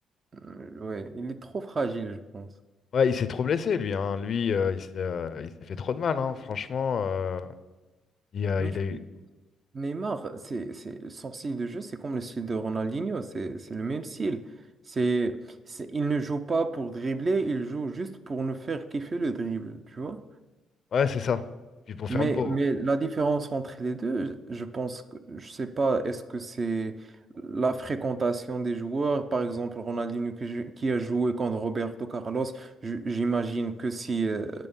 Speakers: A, on the right; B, on the left.
A: Euh, ouais, il est trop fragile, je pense.
B: Ouais, il s'est trop blessé, lui, hein. Lui, euh, il s'est euh, il s'est fait trop de mal, hein. Franchement, euh, il a,
A: Mais
B: il
A: tu
B: a eu.
A: Neymar, c'est, c'est, son style de jeu, c'est comme le style de Ronaldinho, c'est, c'est le même style. C'est, c'est- il ne joue pas pour dribbler, il joue juste pour nous faire kiffer le dribble, tu vois.
B: Ouais, c'est ça. Et puis pour
A: Mais,
B: faire le beau.
A: mais
B: hein.
A: la différence entre les deux, je pense que, je sais pas, est-ce que c'est la fréquentation des joueurs, par exemple Ronaldinho que j'ai- qui a joué contre Roberto Carlos, j- j'imagine que si euh,